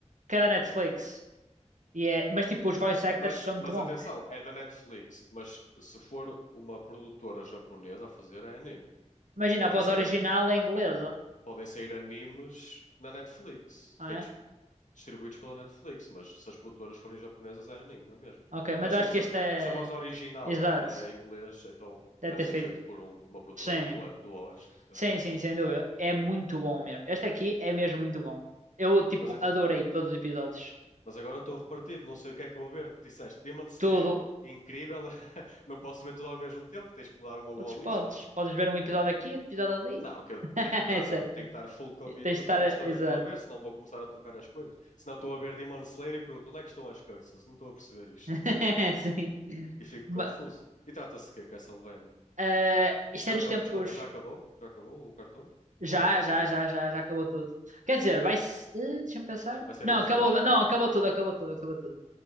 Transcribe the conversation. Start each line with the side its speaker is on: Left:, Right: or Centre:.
Right: Que é da Netflix. E é... Mas tipo, os voice actors
Left: Mas,
Right: são muito
Left: mas
Right: bons.
Left: atenção, é da Netflix, mas se for uma produtora japonesa a fazer é anime.
Right: Imagina,
Left: Podem
Right: a voz
Left: sair,
Right: original
Left: a-
Right: é inglesa,
Left: podem sair animes na Netflix,
Right: não
Left: feitos,
Right: é?
Left: distribuídos pela Netflix, mas se as produtoras forem japonesas é anime, não é mesmo?
Right: Ok, mas
Left: Mas
Right: eu
Left: sim,
Right: acho
Left: se,
Right: que este é...
Left: se a voz original
Right: Exato.
Left: é inglês, então
Right: Deve
Left: deve
Right: ter
Left: ser
Right: feito...
Left: feito por um- uma produtora
Right: Sim.
Left: do, Oe- do Oeste. é.
Right: Sim, sim, sem dúvida. É muito bom mesmo. Este aqui é mesmo muito bom. Eu, tipo,
Left: Mas, então-
Right: adorei todos os episódios.
Left: mas agora estou repartido, não sei o que é que vou ver. Tu disseste Demon Slayer,
Right: Tudo.
Left: incrível, <laughs> não posso ver tudo ao mesmo tempo, tens que me dar uma
Right: Podes,
Left: boa
Right: podes.
Left: lista.
Right: Podes ver um episódio aqui, outro episódio ali.
Left: Não, que eu
Right: <laughs>
Left: tenho que estar,
Right: Sei.
Left: tenho que estar full committed
Right: Tens de estar.
Left: na história
Right: Exato.
Left: que estou a ver, senão vou começar a trocar as coisas. Senão estou a ver Demon Slayer e pergunto onde é que estão as curses? Não estou a perceber isto.
Right: <laughs> Sim.
Left: E fico
Right: Ma-
Left: confuso. E trata-se de quê, Castlevania?
Right: eh, isto
Left: Já,
Right: é nos
Left: aca-
Right: tempos.
Left: desculpa, já acabou? Já acabou o cartoon?
Right: Já,
Left: Ou ainda está a
Right: já,
Left: sair?
Right: já, já, já acabou tudo. Quer dizer,
Left: Hum.
Right: vai. se eh, deixa-me pensar.
Left: Vai ser
Right: Não,
Left: um
Right: acabou.
Left: filme também.
Right: Não, acabou tudo, acabou tudo, acabou tudo.